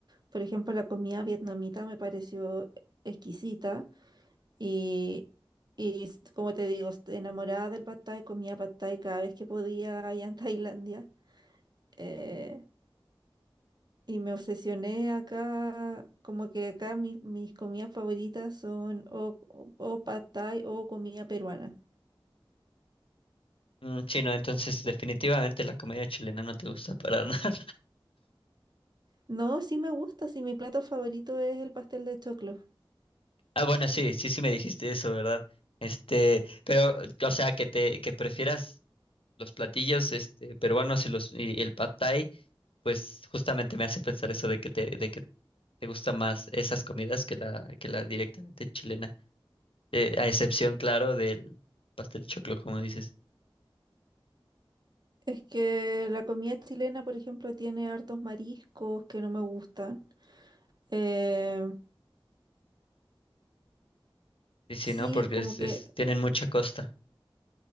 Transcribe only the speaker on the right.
Por ejemplo, la comida vietnamita me pareció exquisita. Y, y s- como te digo, est- enamorada del pad thai, comía pad thai cada vez que podía allá en Tailandia. eh, y me obsesioné acá, como que acá mis, mis comidas favoritas son o, o, o pad thai o comida peruana.
No, sí me gusta, sí mi plato favorito es el pastel de choclo.
Es que la comida chilena, por ejemplo, tiene hartos mariscos que no me gustan. Eh,
sí,
como
que,